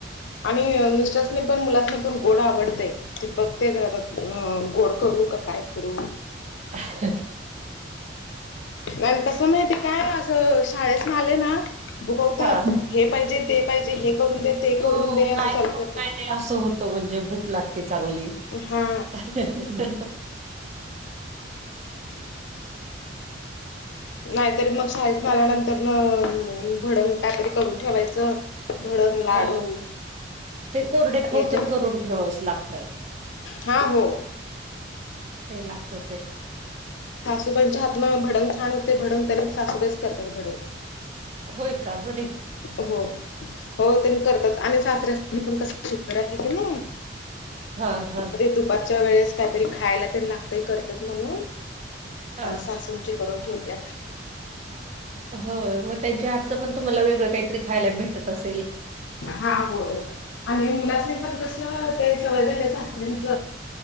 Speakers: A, on the left; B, on the right.
A: आणि मिस्टरासनी पण मुलासनी पण गोड आवडतंय. ते बघते तर आता गोड करू का काय करू?
B: ह.
A: नाही कसं माहितीे काय असं शाळेसन आले ना भुगवतात.
B: हा
A: हे पाहिजे ते पाहिजे हे करून दे. ते
B: हो
A: करून दे असं
B: काही
A: चालू
B: काय
A: करतात
B: नाही असं होतं म्हणजे भूक लागते चांगली.
A: हा
B: ह.
A: नाहीतरी मग शाळेत आल्यानंतर न भडंग कायतरी करून ठेवायचं. भडंग लाडू
B: हो ते कोरडे खाऊ
A: हे ते
B: तर करून ठेवाच लागतात.
A: हा हो.
B: ते लागतच आहे.
A: सासुबाईंच्या हात न भडंग छान होते भडंग. त्यान सासुबाईच करतात भडंग.
B: होय का? ब
A: हो हो त्यां करतात आणि सासऱ्या सनी पण कस शुगर आहे क नाही.
B: हा हा
A: म ते दुपारच्या वेळेस काहीतरी खायला ते लागतय करतात म्हणून
B: हा.
A: सासूंचे करून ठेवते.
B: हो मग त्यांच्या हातचं पण तुम्हाला वेगळं काहीतरी खायला भेटत असेल.
A: हा बोल. आणि मुलास नाही पण कस ते सवय झालं सासऱ्यांंच.